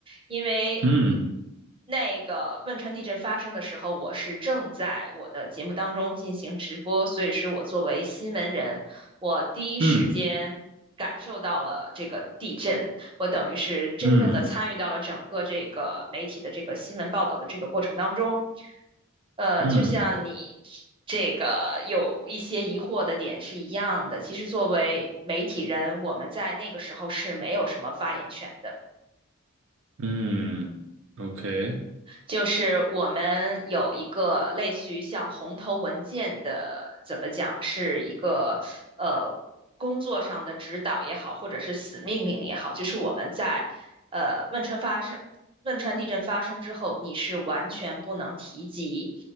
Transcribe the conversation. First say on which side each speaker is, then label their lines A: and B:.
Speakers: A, on the right; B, on the right.
A: 因为
B: 嗯
A: 那个汶川地震发生的时候，我是正在我的节目当中进行直播，所以是我作为新闻人，我第一时间感受到了这个地震，
B: 嗯
A: 我等于是真正的参与到了整个这个媒体的这个新闻报道的这个过程当中。
B: 嗯
A: 呃，
B: 嗯
A: 就像你这个有一些疑惑的点是一样的，其实作为媒体人，我们在那个时候是没有什么发言权的。
B: 嗯，OK，
A: 就是我们有一个类似于像红头文件的，怎么讲，是一个呃工作上的指导也好，或者是死命令也好，就是我们在呃汶川发生汶川地震发生之后，你是完全不能提及。